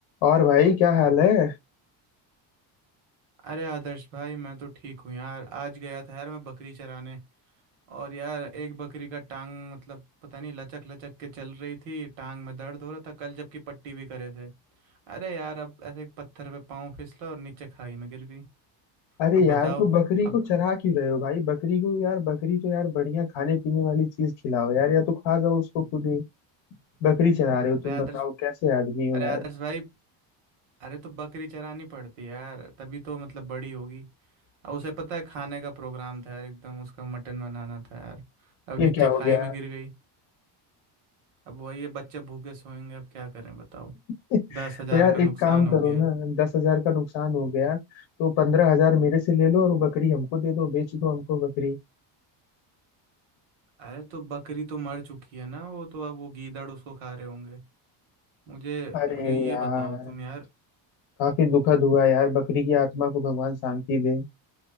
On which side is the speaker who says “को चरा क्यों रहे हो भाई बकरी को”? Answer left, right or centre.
Left